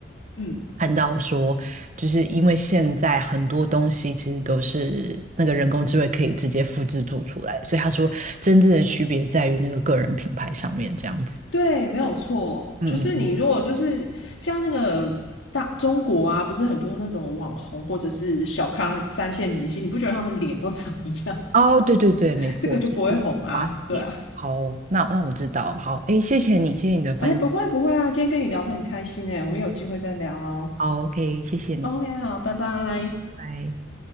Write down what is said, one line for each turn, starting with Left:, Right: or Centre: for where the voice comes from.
Left: 嗯，
Right: 看到说，就是因为现在很多东西其实都是那个人工智慧可以直接复制做出来，所以他说真正的区别在于那个个人品牌上面这样子。
Left: 对，没有错，
Right: 嗯嗯嗯，
Left: 就是你如果就是像那个大中国啊，不是很多那种网红或者是小咖三线明星，你不觉得他们脸都长一样，
Right: 哦，
Left: <laughs>
Right: 对对对，没错，
Left: 这个就不会红啊？
Right: 就是瓜子脸。
Left: 对啊，
Right: 好哦那那我知道，好，哎，谢谢你，谢谢你的分享，
Left: 哎，不会不会啊，今天跟你聊得很开心哎，我们有机会再聊哦。
Right: 好，OK，谢谢你，
Left: OK，好，拜拜。
Right: 拜。